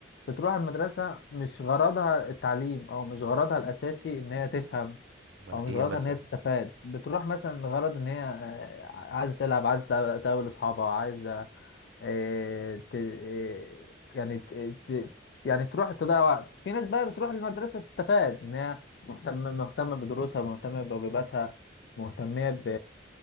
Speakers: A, on the left; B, on the right.
A: بتروح المدرسة مش غرضها التعليم أو مش غرضها الأساسي إن هي تفهم
B: ولا
A: او مش
B: ايه
A: غلطها
B: مثلا
A: ان هي تستفاد بتروح مثلا غرض ان هي آه، عايزه تلعب عايزه تقابل تقابل اصحابها عايزه آه، ت- آه، يعني ت- ت- يعني تروح تضيع وقت في ناس بقى بتروح المدرسه تستفاد ان هي مهتمه مهتمه بدروسها مهتمه بواجباتها مهتمه ب...